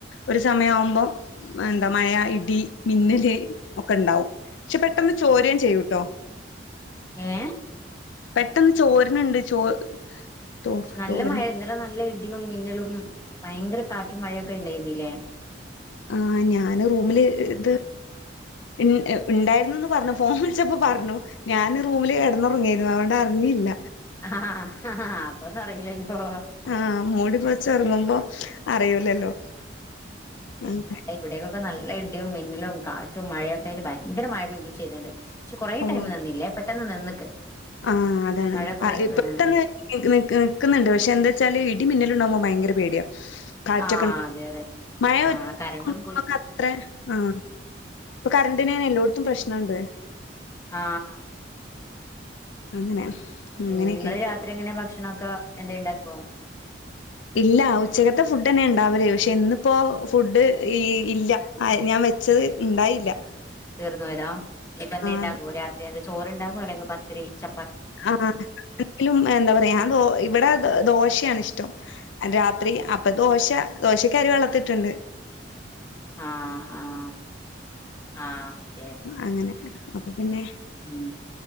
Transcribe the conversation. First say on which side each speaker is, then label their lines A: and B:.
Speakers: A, on the left; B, on the left.
A: ഒരു സമയാവുമ്പം എന്താ മഴ ഇടി മിന്നല് ഒക്കെ ഇണ്ടാവും പക്ഷേ പെട്ടെന്ന് ചോര്യേം ചെയ്യുട്ടോ
B: ഏഹ്
A: പെട്ടെന്ന് ചോര്ന്ണ്ട് ചോ തോ
B: നല്ല
A: തോരൻ
B: മഴെ ഇന്നലെ നല്ല ഇടിയും മിന്നലും ഭയങ്കര കാറ്റും മഴയൊക്കെ ഇണ്ടാര്ന്നില്ലേ
A: ആഹ് ഞാന് റൂമില് ഇത് ഇന് ഏഹ് ഇണ്ടായിരുന്നുന്ന് പറഞ്ഞു ഫോൺ വിള്ച്ചപ്പോ പറ്ഞ്ഞു ഞാന് റൂമില് കെടന്നൊറങ്ങിയേരുന്നു അവോണ്ട അറ്ഞ്ഞില്ല
B: <unintelligible> അപ്പൊന്നും അറിയില്ലല്ലോ
A: ആഹ് മൂടി പൊതച്ച് ഒറങ്ങുമ്പോ അറിയൂല്ലല്ലോ അങ്ങനെ
B: അയ് ഇവ്ടേക്കൊക്കെ നല്ല ഇടിയും, മിന്നലും, കാറ്റും, മഴയൊക്കെ ആയിട്ട് ഭയങ്കര മഴ പെയ്യിം ചെയ്ത്ണ്ട്. ക്ഷെ കൊറേ
A: ഓഹ്
B: ടൈം നിന്നില്ലെ പെട്ടെന്ന് നിന്ന്ക്ക്.
A: ആഹ് അതാണ്.
B: മഴ കൊറേ
A: ആഹ് ഹ്
B: ഉം
A: പെട്ടെന്ന് ഇത് നിക്ക് ക്ക്ന്ന് ണ്ട്. പക്ഷെ എന്താച്ചാല് ഇടിം, മിന്നലും ണ്ടാവ്‌മ്പൊ ഭയങ്കര പേടിയാ. കാറ്റൊക്കെൺ
B: ആഹ് അതെ അതെ
A: മഴവെ
B: ആഹ് കരണ്ടും
A: ഉം
B: പോയി
A: മ്മക്ക് ത്രേ ആഹ് പ്പൊ കരണ്ട്ന് എല്ലോട്ത്തും പ്രശ്നണ്ട്.
B: ആഹ്
A: അങ്ങനെ
B: പിന്നെ
A: അങ്ങനെയൊക്കെയാണ്.
B: നിങ്ങള് രാത്രി എങ്ങനെ ഭക്ഷണൊക്കെ എന്തേം ണ്ടാക്കൊ?
A: ഇല്ല. ഉച്ചകത്തെ ഫുഡെന്നെ ണ്ടാവല്. പക്ഷെ ന്ന്പ്പൊ ഫുഡ് ഈ ഇല്ല. ആയ് ഞാൻ വെച്ചത് ഇണ്ടായില്ല.
B: തീർന്ന് പോയതാ. നിപ്പം എന്തെണ്ടാ
A: ആഹ്
B: ക്കൊ. രാത്രി എന്തെ ചോറ്ണ്ടാക്കൊ അല്ലെങ്കി പത്തിരി, ച
A: ആഹ് എ ലും എന്താ പറയാ ഞാ ദോ ഇവടെ ദൊ ദോശയാണ് ഇഷ്ടം. രാത്രി അപ്പൊ ദോശ. ദോശക്കരി വെള്ളത്ത്ട്ട് ണ്ട്.
B: ആഹ് ആഹ് ആഹ് ഏഹ്
A: അങ്ങനെ. അപ്പൊ പിന്നെ
B: ഉം